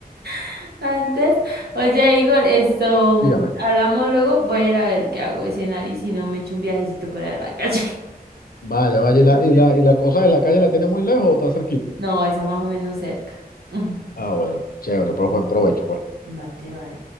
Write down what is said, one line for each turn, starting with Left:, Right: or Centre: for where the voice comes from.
Right: <laughs> Antes, oye, Igor, esto, mm,
Left: Dígame,
Right: hablamos luego, voy a ir a ver qué hago de cenar y si no me echo un viajecito por ahí a la calle. <laughs>
Left: vaya, vaya, ¿y la,
Right: Ya está
Left: y la,
Right: como
Left: y la
Right: tarde.
Left: cosa de la calle la tiene muy lejos o está cerquita?
Right: No, está más o menos cerca. <laughs>
Left: Ah, bueno, chévere, pues buen provecho, pues.
Right: Vale, vale.